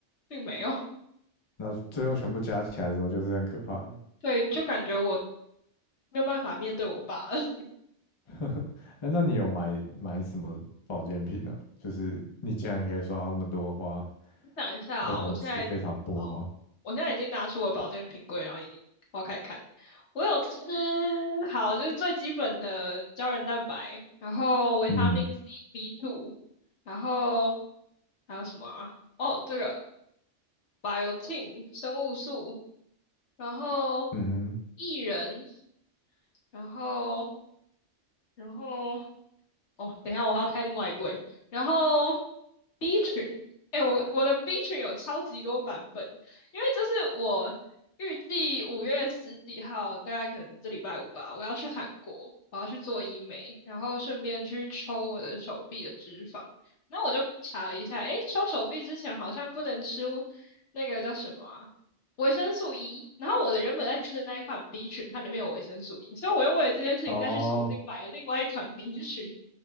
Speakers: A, on the left (about 70°); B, on the left (about 30°).
A: 并没有。
B: 那最后全部加起来的时候就是很可怕的。
A: 对，就感觉我没有办法面对我爸了。<laughs>
B: <laughs> 哎那你有买买什么保健品呢？就是你竟然可以刷到那么多的话，
A: 想一下啊、
B: 代表你吃非常多吗？
A: 我现在好，我现在已经拿出我保健品柜，然后一挖开看。我有吃，好，就是最基本的胶原蛋白，然后维他命
B: 嗯
A: C、B two，然后还有什么啊？哦，这个 biotin 生物素，然后
B: 嗯
A: 薏仁，然后然后哦，等一下我还要开另外一柜，然后 B 群，哎、我我的 B 群有超级多版本，因为就是我预计五月十几号，大概可能这礼拜五吧，我要去韩国，我要去做医美，然后顺便去抽我的手臂的脂肪。那我就查了一下，哎，抽手臂之前好像不能吃那个叫什么啊，维生素 E。然后我的原本在吃的那一款 B 群，它里面有维生素 E，所以我又为了这件事情再去重新买了另外一款
B: 哼，哦，
A: B 群，